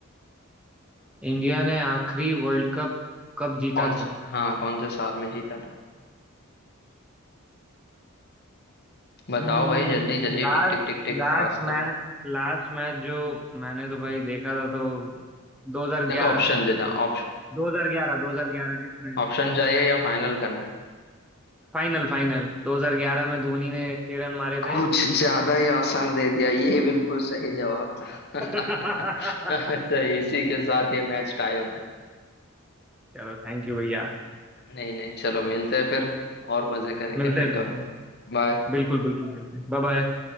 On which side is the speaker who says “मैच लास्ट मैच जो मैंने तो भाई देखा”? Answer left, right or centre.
Centre